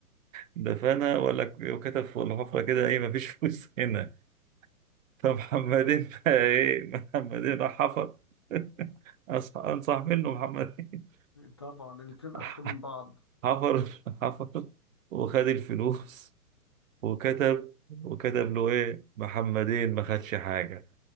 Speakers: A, on the right; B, on the left.
A: دفنها ولا ك- وكتب في الحفرة كده ايه مفيش فلوس هنا فمحمدين
B: ت-
A: <laughs> بقى ايه محمدين راح حفر <laughs> أصح- انصح منه محمدين
B: طبعا الاتنين
A: <laughs>
B: اذكى من بعض
A: حفر حفر وخد الفلوس وكتب وكتب له ايه محمدين ما خدش حاجة